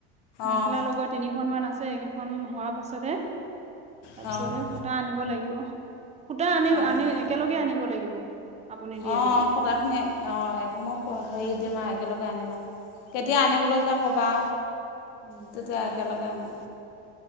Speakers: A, on the right; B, on the left.
A: মেখেলা
B: অঁ
A: লগোৱাত- তিনিখনমান আছে এইকেইখন হোৱাৰ পাছতে তাৰপিছতেহে
B: অঁ
A: সূতা আনিব লাগিব। সূতা আনি
B: অঁ
A: আনি একেলগে আনিব লাগিব। আপুনি দিয়ে
B: অঁ
A: যদি
B: সূতাখিনি- অঁ মই হেৰি দিম আৰু একেলগে আনিবা কেতিয়া
A: উম
B: আনিবলৈ যোৱা ক'বা।
A: উম
B: তেতিয়া একেলগে আনিম।